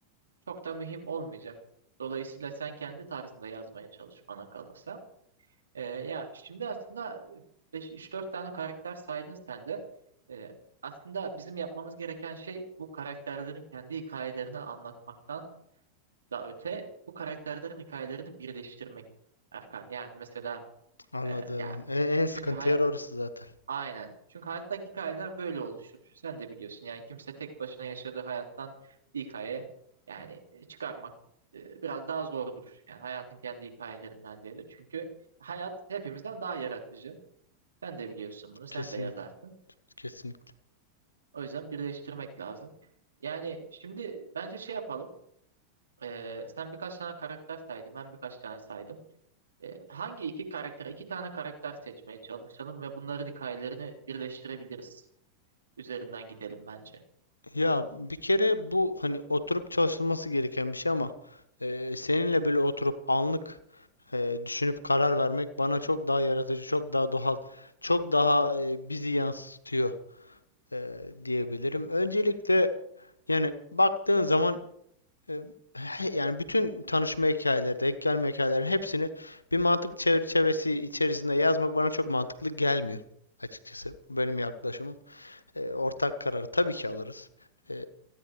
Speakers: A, on the right; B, on the left.
A: çok da mühim olmayacak. Dolayısıyla sen kendi tarzında yazmaya çalış bana kalırsa. E, ya şimdi aslında üç dört tane karakter saydın sen de. E, aslında bizim yapmamız gereken şey bu karakterlerin kendi hikayelerini anlatmaktan da öte bu karakterlerin hikayelerini birleştirmek Erkan. Yani mesela
B: Anladım.
A: e, ya
B: En, en
A: çünkü
B: sıkıntı
A: hay
B: yer orası zaten.
A: aynen. Çünkü hayattaki hikayeler böyle oluşur. Sen de biliyorsun yani kimse tek başına yaşadığı hayattan bir hikaye yani e, çıkarmak e, biraz daha zordur. Yani hayatın kendi hikayelerinden ziyade. Çünkü hayat hepimizden daha yaratıcı. Sen de biliyorsun bunu. Sen
B: Kesinlikle.
A: de yazarsın.
B: Kesinlikle.
A: O yüzden birleştirmek lazım. Yani şimdi bence şey yapalım. E, sen birkaç tane karakter saydın. Ben birkaç tane saydım. E, hangi iki karakter, iki tane karakter seçmeye çalışalım ve bunların hikayelerini birleştirebiliriz. Üzerinden gidelim bence.
B: Ya bir kere bu hani oturup çalışılması gereken bir şey ama e, seninle böyle oturup anlık e, düşünüp karar vermek bana çok daha yaratıcı, çok daha doğal, çok daha e, bizi yansıtıyor e, diyebilirim. Öncelikle yani baktığın zaman e, he- yani bütün tanışma hikayeleri, denk gelme hikayeleri hepsini bir mantık çerçevesi içerisinde yazmak bana çok mantıklı gelmiyor açıkçası. Bu benim yaklaşımım. E, ortak kararı tabii ki alırız. E,